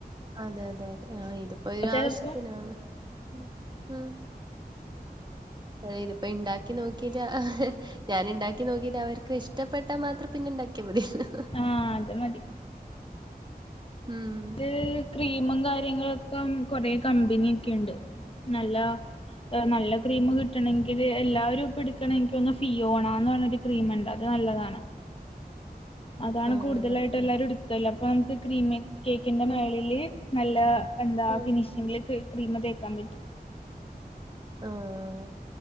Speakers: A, on the right; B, on the left.
A: അതെ അതെ അതെ ആ ഇതിപ്പോരു
B: ചിലപ്പോ
A: ആവശ്യത്തിനാല്ലോ ഉം ഉം. അയ്ല്പ്പ്പണ്ടാക്കി നോക്കിട്ട ഞാന്ണ്ടാക്കി നോക്കിട്ട് അവർക്ക്ഷ്ടപ്പെട്ടാ മാത്രം പിന്നെണ്ടാക്കിയ മതിയല്ലോ.
B: ആഹാ അത്‌ മതി.
A: ഉം.
B: ഇത് ക്രീമും കാര്യങ്ങളൊക്കെ കൊറേ കമ്പനിയൊക്കെയുണ്ട് നല്ല ഏഹ് നല്ലക്രീം
A: ആണോ
B: കിട്ട ണെങ്കില് എല്ലാവരുപ്പെടുക്കണങ്കില് ഒന്ന് ഫിയോണാന്ന് പറഞ്ഞൊരു ക്രീമ്ണ്ട് അത് നല്ലതാണ്. അതാണ്
A: ആഹ്
B: കൂടുതലായിട്ടെല്ലാരും എടുക്കല് അപ്പൊ നമുക്ക് ക്രീമ് കേക്കിന്റെ
A: ഉം
B: മേളില്. നല്ല എന്താ
A: ഉം
B: ഫിനിഷിങ്ങില് ക്രീമ തേക്കാൻ പറ്റും.
A: ആഹാ